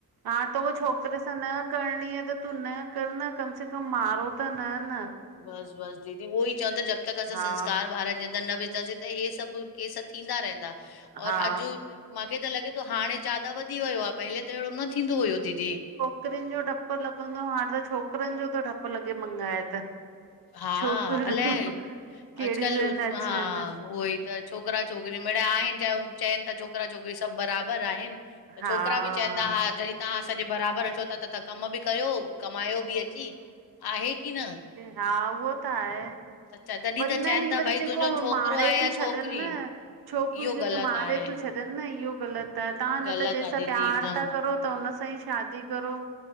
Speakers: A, on the right; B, on the left.
A: हां त उयो छोकरे सां न करणी आहे, त तूं न कर न। कम से कम मारो त न न।
B: बस-बस दीदी, उ ई चवंद जब तक असां
A: हा
B: सस्कार बारनि जा न विझंदसीं त हे सभ केस थींदा रहंदा।
A: हा
B: और अॼु मूंखे त लगा त हाणे ज्यादा वधी वियो आहे। पहले त अहिड़ो न थींदो हुयो दीदी।
A: छोकिरिनि जो डॾपु लॻंदो। हाणे त छोकिरनि जो थो डॾपु लॻे मङाए त।
B: हां,
A: छोकिर
B: अलाए
A: कहिड़ियूं
B: अॼकल्ह
A: पिया न अचनि
B: हां, उहो ई त छोकिरा छोकिरी मिड़या आहिन। च चवनि था छोकिरा छोकिरी सभ बराबरि आहिन। त
A: हा
B: छोकिरा बि चवनि था। हा जॾहिं तव्हां असांजे बराबरि अचो था। त तव्हां कम बि कयो। कमायो बि अची, आहे की न?
A: हां, उहो त आहे।
B: त च- तॾहिं
A: वरी
B: त
A: न,
B: चइनि
A: ही
B: था
A: वरी
B: भई
A: जेको
B: तुंहिंजो छोकिरो
A: मारे
B: आहे या
A: थ छॾनि
B: छोकिरी
A: न। छोकिरियूं
B: इहो
A: जेके
B: ग़लति
A: मारे
B: आहे
A: थ छॾनि। न इहो ग़लति आहे। तव्हां न
B: ग़लति
A: त जंहिंसां
B: आहे दीदी
A: प्यार
B: हिकदमि
A: था करो, त हुन सां ई शादी करो